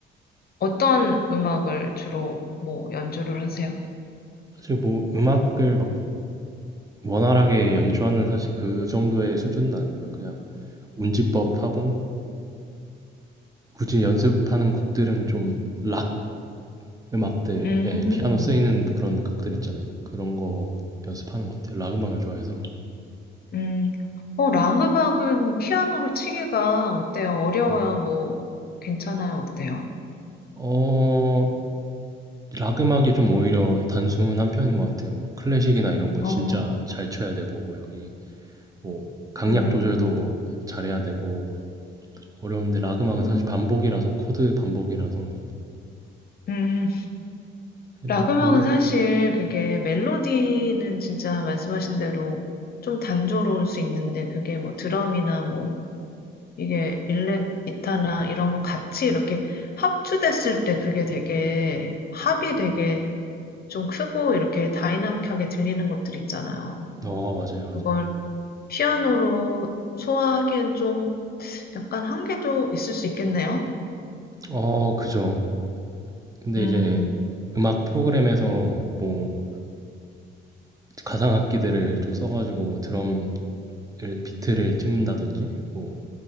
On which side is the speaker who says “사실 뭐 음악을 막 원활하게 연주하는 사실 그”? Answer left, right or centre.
Right